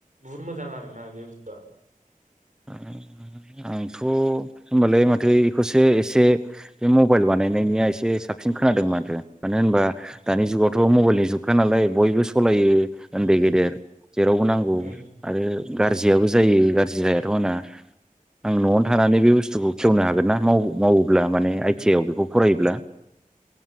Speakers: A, on the right; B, in the centre.
A: बुहुत मोजां आरो ना बे बुस्थुआ।
B: ओ आंथ' होनबालाय माथो एखौसो एसे। बे मबाइल बानायनायनिया
A: उम
B: एसे साबसिन खोनादों
A: उम
B: माथो मानो होनबा दानि
A: उम
B: जुगावथ' मबाइलनि जुग। अखा नालाय बयबो सलायो। उन्दै,
A: उम
B: गेदेर जेरावबो नांगौ
A: उम
B: आरो। गाज्रियाबो जायो गाज्रि जाया। दना। आं न'आवनो
A: उम
B: थानानै बे बुस्थुखौ। खेवनो हागोनना माव-माव। ब्ला माने
A: उम
B: आइ-थि -आइ आव बेखौ। फरायोब्ला।